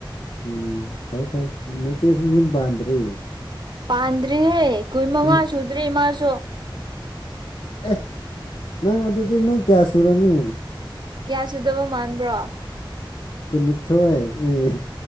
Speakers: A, on the left (about 80°); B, on the right (about 55°).
A: ꯎꯝ ꯐꯩ ꯐꯩ ꯅꯆꯦꯁꯨ ꯌꯨꯝ ꯄꯥꯟꯗ꯭ꯔꯤꯌꯦ
B: ꯄꯥꯟꯗ꯭ꯔꯤꯍꯦ ꯀꯨꯏ ꯃꯉꯥ
A: ꯅꯪ
B: ꯁꯨꯗ꯭ꯔꯤ ꯏꯃꯥꯁꯨ
A: ꯑꯦ ꯅꯪ ꯑꯗꯨꯗꯤ ꯅꯪ ꯀꯌꯥ ꯁꯨꯔꯅꯤ
B: ꯀꯌꯥ ꯁꯨꯗꯕ ꯃꯥꯟꯕ꯭ꯔꯣ
A: ꯀꯨꯟꯅꯤꯊꯣꯏ ꯑꯦ